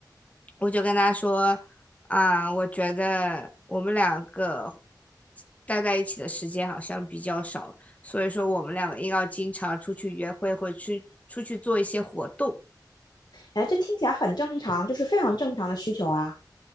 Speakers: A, on the left; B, on the left.
A: 我就跟他说，啊、我觉得我们两个待在一起的时间好像比较少，所以说我们两个应该经常出去约会，或去出去做一些活动。
B: 哎，这听起来很正常，就是非常正常的需求啊。